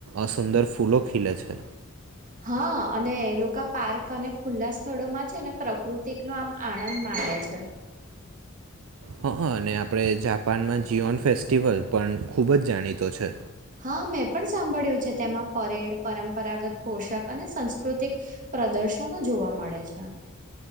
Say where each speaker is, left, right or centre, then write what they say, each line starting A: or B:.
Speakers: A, on the right; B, on the right.
A: અસુંદર ફૂલો ખીલે છે.
B: હા અને લોકો પાર્ક અને ખુલ્લા સ્થળોમાં છે ને પ્રકૃતિક નો આમ આનંદ માણે છે.
A: હ હ અને આપણે જાપાનમાં જીઓન ફેસ્ટિવલ પણ ખૂબ જ જાણીતો છે.
B: હા મેં પણ સાંભળ્યું છે તેમાં પરેડ પરંપરાગત પોષક અને સંસ્કૃતિક પ્રદર્શનો જોવા મળે છે.